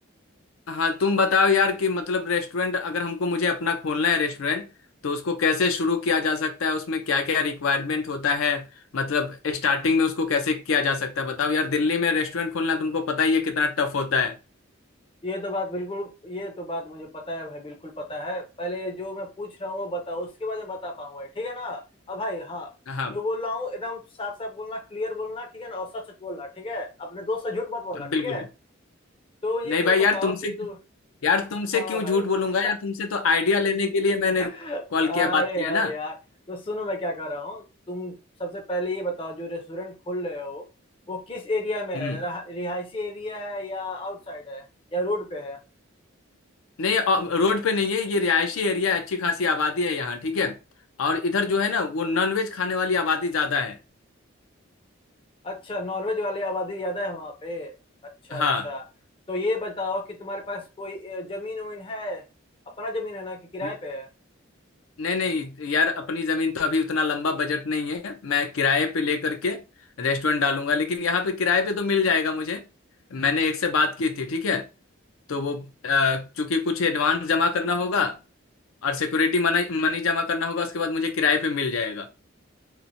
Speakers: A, on the left; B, on the left.
A: हाँ तुम बताओ यार कि मतलब रेस्टोरेंट अगर हमको मुझे अपना खोलना है रेस्टोरेंट तो उसको कैसे शुरू किया जा सकता है उसमें क्या क्या रिक्वायरमेंट होता है मतलब स्टार्टिंग में उसको कैसे किया जा सकता है बताओ यार दिल्ली में रेस्टोरेंट खोलना तुमको पता ही है कितना टफ होता है
B: ये तो बात बिल्कुल ये तो बात मुझे पता है भाई बिल्कुल पता है पहले जो मैं पूछ रहा हूँ वो बताओ उसके बाद मैं बता पाऊंगा ठीक है ना अब भाई हाँ
A: हाँ
B: जो बोल रहा हूँ एकदम साफ साफ बोलना क्लियर बोलना ठीक है ना और सच सच बोलना ठीक है अपने दोस्त से झूठ मत बोलना ठीक
A: बिल्कुल
B: है तो ये
A: नहीं
B: मुझे
A: भाई यार
B: बताओ
A: तुमसे
B: कि तू
A: यार तुमसे
B: हाँ
A: क्यों
B: भाई
A: झूठ
B: <laughs>
A: बोलूंगा यार तुमसे तो आइडिया लेने के लिए मैंने
B: अरे
A: कॉल किया बात किया
B: हाँ
A: है ना
B: यार तो सुनो मैं क्या कह रहा हूँ तुम सबसे पहले ये बताओ जो रेस्टोरेंट खोल रहे हो वो किस एरिया में है
A: हम्म
B: रहा- रिहायशी एरिया है या आउटसाइड है या रोड पे है
A: नहीं अ, रोड पे नहीं है ये रिहायशी एरिया है अच्छी खासी आबादी है यहाँ ठीक है और इधर जो है ना वो नॉनवेज खाने वाली आबादी ज्यादा है
B: अच्छा नॉर्वेज वाले आबादी ज्यादा है वहां पे अच्छा
A: हाँ
B: अच्छा तो ये बताओ कि तुम्हारे पास कोई अ, जमीन वमीन है अपना जमीन है ना कि किराए
A: न-
B: पे है
A: नहीं नहीं यार अपनी जमीन तो अभी उतना लंबा बजट नहीं है मैं किराए पे लेकर के रेस्टोरेंट डालूंगा लेकिन यहाँ पे किराए पे तो मिल जाएगा मुझे मैंने एक से बात की थी ठीक है तो वो अ, चूंकि कुछ एडवांस जमा करना होगा और सिक्योरिटी मनी मनी जमा करना होगा उसके बाद मुझे किराए पे मिल जाएगा